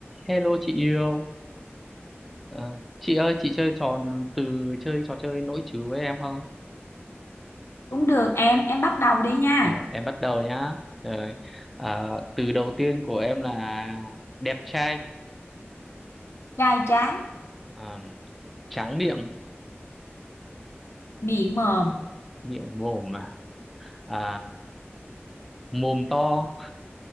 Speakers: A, in the centre; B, on the left (about 70°).
A: Hello chị yêu, Ờ, chị ơi chị chơi trò từ chơi trò chơi nỗi trừ với em không?
B: Cũng được em, em bắt đầu đi nha.
A: Ờ, em bắt đầu nhá. Rồi. Ờ, từ đầu tiên của em là đẹp trai,
B: Gai tráng,
A: Ờ, tráng miệng,
B: miệng mồm,
A: miệng mồm mà, à, mồm to,